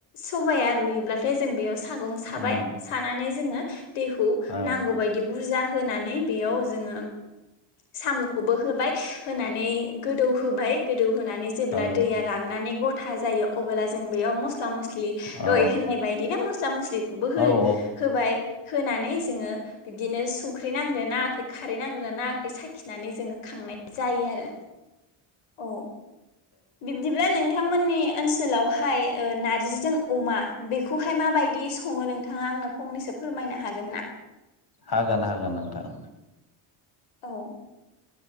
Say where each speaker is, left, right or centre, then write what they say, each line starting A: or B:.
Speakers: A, on the left; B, on the left.
A: सबाया रुयोब्लाथाय जों बेयाव सागं साबाय
B: उम
A: सानानै जोङो दैखौ
B: औ
A: नांगौबायायदि बुरजा होनानै बेयाव जोङो सामखौबो होबाय होनानै गोदौ होबाय गोदौ होना जेब्ला
B: औ औ
A: दैया राननानै गथा जायो अब्ला जों बेयाव मस मस्ला मस्लि
B: औ
A: दहाय होननाय बायदि ना मस्ला मस्लिखौबो हो
B: औ
A: होबाय होनानै जोङो बिबदिनो संख्रि नांग्रो नाङाखै खारै नांग्रो नाङाखै साखिनानै जोङो खांनाय जायो आरो औ बिब्दिब्ला नोंथांमोननि ओनसोल ओनसोलावहाय ओ नारजिजों अमा बेखौहाय माबायदि सङो नोंथाङा आंनो फंनैसो फोरमायनो हागोन ना?
B: हागोन हागोन नोंथां।
A: औ